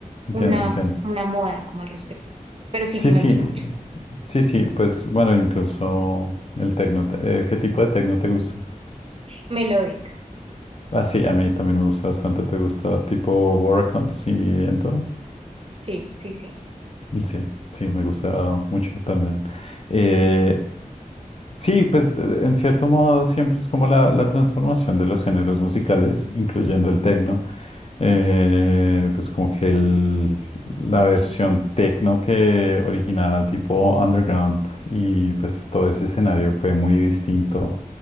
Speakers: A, on the left; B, on the right.
A: Entiendo,
B: una,
A: entiendo.
B: f- una moda como al respecto. Pero sí,
A: Sí,
B: sí
A: sí,
B: me gusta mucho.
A: sí, sí. Pues bueno, incluso el tecno. te- eh, ¿qué tipo de tecno te gusta?
B: Melódica,
A: Ah, sí, a mí también me gusta bastante. ¿Te gusta tipo Waracons y en todo?
B: sí, sí, sí,
A: Sí, sí, me gusta mucho también. Eh, Sí, pues de- en cierto modo siempre es como la, la transformación de los géneros musicales, incluyendo el tecno. Eh, pues como que el- la versión tecno que original tipo underground y pues todo ese escenario fue muy distinto